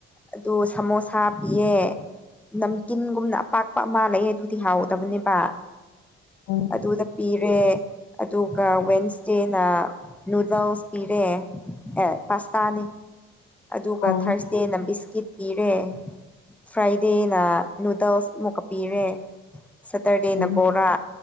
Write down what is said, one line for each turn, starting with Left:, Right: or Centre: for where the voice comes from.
Centre: ꯑꯗꯨ ꯁꯃꯣꯁꯥ ꯄꯤꯌꯦ ꯅꯝꯀꯤꯟꯒꯨꯝꯅ ꯑꯄꯥꯛꯄ ꯑꯃꯂꯑꯦ ꯑꯗꯨꯗꯤ ꯍꯥꯎꯗꯕꯅꯦꯕ
Left: ꯑꯣ
Centre: ꯑꯗꯨꯗ ꯄꯤꯔꯦ ꯑꯗꯨꯒ ꯋꯦꯟꯁꯗꯦꯅ ꯅꯨꯗꯜꯁ ꯄꯤꯔꯦ ꯑꯦ ꯄꯥꯁꯇꯥꯅꯤ ꯑꯗꯨꯒ
Left: ꯑꯣ
Centre: ꯊꯥꯔꯁ ꯗꯦꯅ ꯕꯤꯁꯀꯤꯠ ꯄꯤꯔꯦ ꯐ꯭ꯔꯥꯏꯗꯦꯅ ꯅꯨꯗꯜꯁ ꯑꯃꯨꯛꯀ ꯄꯤꯔꯦ ꯁꯇꯔꯗꯦꯅ
Left: ꯑꯣ
Centre: ꯕꯣꯔꯥ